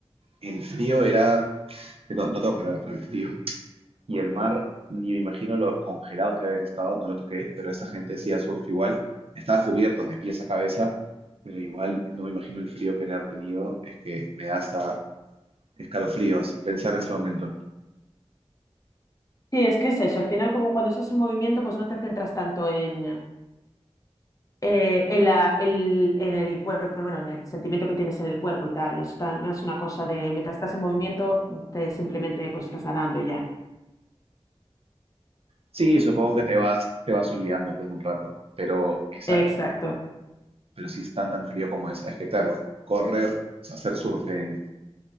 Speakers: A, on the right; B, on the left.
A: el frío era, que no, no tengo palabras para el frío. Y el mar, ni me imagino lo congelado que haber estado, no lo toqué, pero esa gente hacía surf igual. Estaba cubierto de pies a cabeza, pero igual no me imagino el frío que han de haber tenido. Es que me da hasta escalofríos pensar en ese momento.
B: Sí, es que es eso. Al final, como cuando estás en movimiento, pues no te centras tanto en, eh, en la, el, en el cuerpo, bueno, en el sentimiento que tienes en el cuerpo y tal. Está- Es una cosa de mientras estás en movimiento, te simplemente pues estás nadando y ya.
A: Sí, supongo que te vas, te vas olvidando después de un rato, pero esa
B: Exacto.
A: es que pero si es tan tan frío como es, es que claro, correr, o sea, hacer surf en,